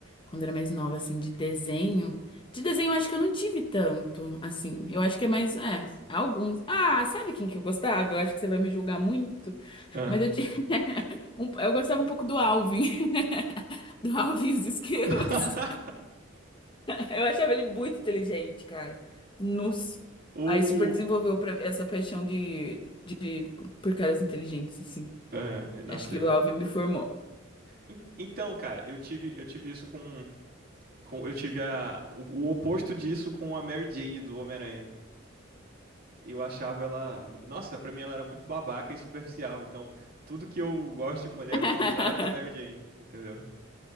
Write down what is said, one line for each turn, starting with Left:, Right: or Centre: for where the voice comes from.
Left: quando era mais nova, assim, de desenho. De desenho, eu acho que eu não tive tanto, assim. Eu acho que é mais, é, alguns. Ah, sabe quem que eu gostava? Eu acho que você vai me julgar muito,
Right: ah,
Left: mas eu tive <laughs> um- eu gostava um pouco do Alvin. <laughs> Do Alvin e os Esquilos.
Right: <laughs>
Left: <laughs> Eu achava ele muito inteligente, cara. Nossa.
Right: O.
Left: Aí super desenvolveu pra- essa paixão de por caras inteligentes, assim.
Right: é, nossa,
Left: Acho que
Right: eu.
Left: o Alvin me formou.
Right: En- Então, cara, eu tive, eu tive isso com, com. Eu tive a, o, o oposto disso com a Mary Jane do Homem-Aranha. eu achava ela. mu- Nossa, pra mim ela era muito babaca e superficial. Então, tudo que eu gosto de mulher
Left: <laughs>
Right: é o contrário da Mary Jane, entendeu?